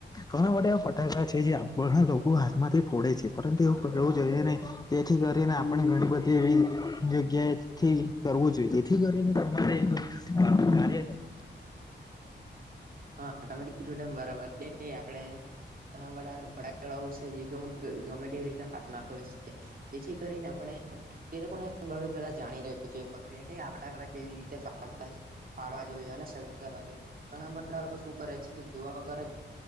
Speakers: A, on the left (about 20°); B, on the right (about 50°).
A: ઘણા બધા એવા ફટાકડા છે જે ઘણા લોકો હાથમાંથી ફોડે છે પરંતુ એવું કરવું જોઈએ નઈ જેથી કરીને આપણે ઘણી બધી એવી જગ્યાએથી કરવું જોઈએ તેથી કરીને તમારે <inaudible>
B: હા તમે કીધું તેમ બરાબર કે આપણેે, ઘણા બધા ફટાકડા ઓ છે જે ગમે એવી રીતના <unintelligible> છે જેથી કરીને આપણે, એ લોકોને બધું પેલા જાણી રહ્યું છે એ પ્રક્રિયા કે આ ફટાકડા કેવી રીતે ફોડતા છે, પાડવા જોઈએ અને સળગાવવા જોઈએ ઘણા બધા લોકો શું કરે છે જોવા વગરજ